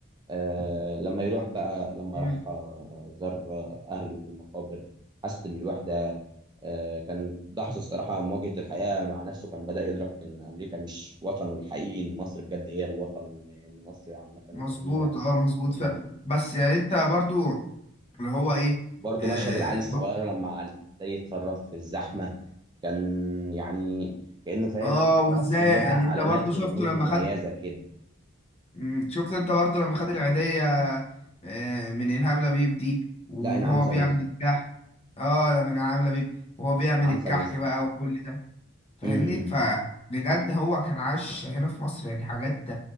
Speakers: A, on the right; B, on the left.
A: آه لما يروح بقى لما
B: مم،
A: راح آه، زار آه، أهله في المقابر حس بالوحدة آه كان لحظة الصراحة مواجهة الحياة مع نفسه كان بدأ يدرك إن أمريكا مش وطنه الحقيقي إن مصر بجد هي الوطن وإن مصر عامة
B: مظبوط
A: جميلة
B: اه مظبوط
A: مم.
B: ف... بس يعني انت برضو اللي هو ايه
A: برضه
B: اه,
A: مشهد العيل الصغير لما علموه إزاي يتصرف في الزحمة كان يعني كأنه فاهم
B: آه وازاي
A: مصر ليها
B: يعني
A: علامات
B: انت برضو شفته
A: ورموز
B: لما
A: مميزة
B: خد
A: كده
B: مم، شفت انت برضو لما خد العيدية آه من إلهام لبيب دي وهو
A: لا إنعام سالوسة
B: بيعمل الكحك اه من إلهام لبيب وهو بيعمل
A: إنعام
B: الكحك
A: سالوسة
B: بقى وكل ده فاهمني
A: مم.
B: فبجد هو كان عاش هنا في مصر يعني حاجات